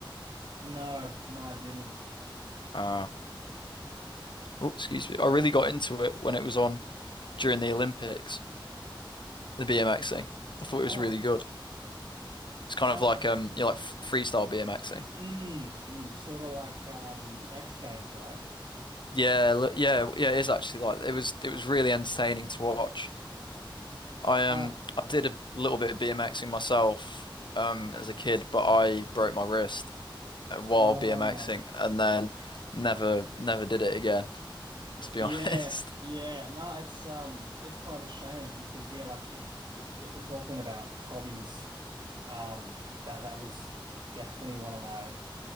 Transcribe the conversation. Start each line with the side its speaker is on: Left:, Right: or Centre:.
Right: No, no, I didn't.
Left: Uh, oh, excuse me. I really got into it when it was on during the Olympics. The BMXing. I thought it was
Right: Oh.
Left: really good. It's kind
Right: Um,
Left: of like um, you know, like f- freestyle BMXing.
Right: mm, mm, sort of like um the X Games, right?
Left: Yeah, look, yeah, yeah. It is actually like it was. It was really entertaining to watch. I
Right: Uh,
Left: um I did a little bit of BMXing myself um as a kid, but I broke my wrist uh, while
Right: oh.
Left: BMXing and then never never did it again, to be
Right: Yeah.
Left: <laughs> honest.
Right: Yeah. No, it's um it's quite a shame because yeah, like if if if we're talking about hobbies, um that that was definitely one of my